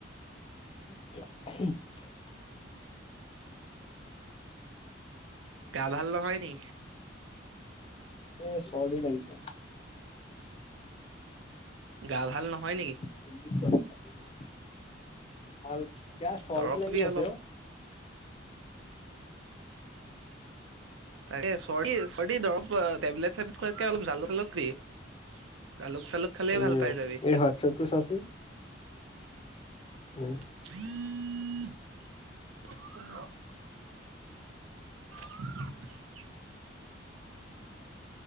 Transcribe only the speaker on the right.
গা ভাল নহয় নি?
গা ভাল নহয় নেকি?
দৰৱ খাবি
অলপ
তাকে চৰ্দি চৰ্দি দ্ৰৱ টেবলেট চেবলেট খোৱাতকে অলপ জালুক চালুক খাবি। জালুক চালুক খালেই
ভাল পাই যাবি।
<inaudible> <inaudible>